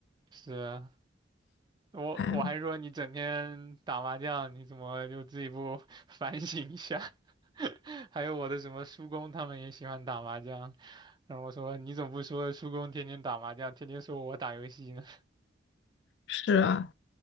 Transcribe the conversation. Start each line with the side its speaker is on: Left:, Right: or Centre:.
Right: 是啊我我还说你整天打麻将，
Left: 哎，
Right: 你怎么就自己不 <laughs> 反省一下？<laughs> 还有我的什么叔公，他们也喜欢打麻将。然后我说你怎么不说叔公天天打麻将，天天说我打游戏呢？
Left: 是啊。